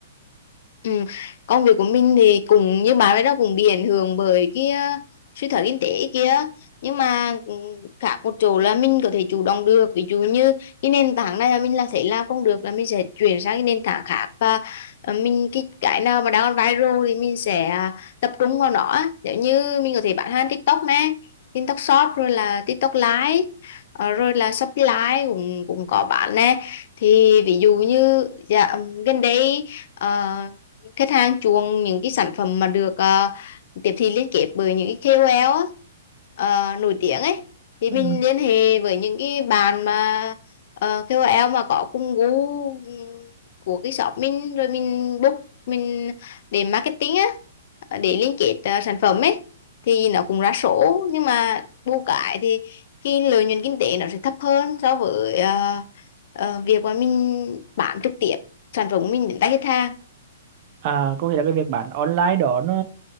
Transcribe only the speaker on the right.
Ừ.
À, có nghĩa là cái việc bán online đó nó